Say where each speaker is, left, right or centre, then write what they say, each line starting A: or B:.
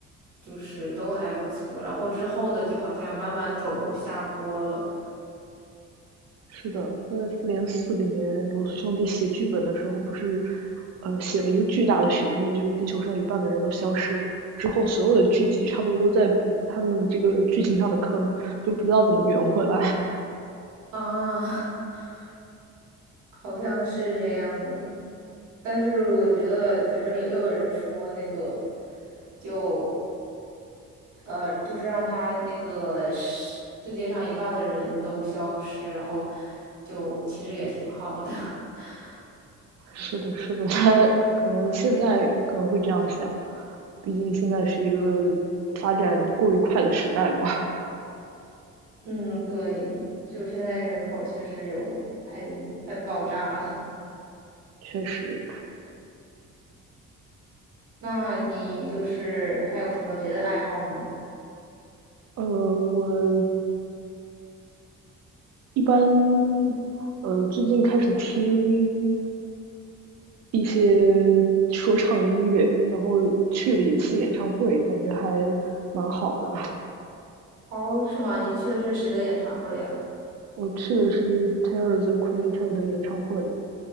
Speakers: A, on the right; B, on the right.
A: 就是都还不错，然后之后的就好像慢慢走下坡了
B: 是的，在《复联四》里面，罗素兄弟写剧本的时候，不是，呃，写了一个巨大的悬念，就是地球上一半的人都消失了嘛。之后所有的剧集差不多都在补他们这个剧情上的坑，就不知道怎么圆回来。
A: 啊，<laughs> 好像是这样的。但是我觉得，反正有又有人说那个，就呃，就是让他那个世世界上一半的人都消失，然后就其实也挺好的。<laughs>
B: <laughs> 是的，是的，<laughs> 他可能现在可能会这样想，毕竟现在是一个发展过于快的时代嘛。
A: 嗯，对，就现在人口确实有太太爆炸了。
B: 确实，
A: 那你就是还有什么别的爱好吗？
B: 呃，我一般，呃，最近开始听一些说唱音乐，然后去了一次演唱会，感觉还蛮好的。<laughs>
A: 哦，是吗？你去的是谁的演唱会呀？
B: 我去的是 Taylor the Creator 的演唱会，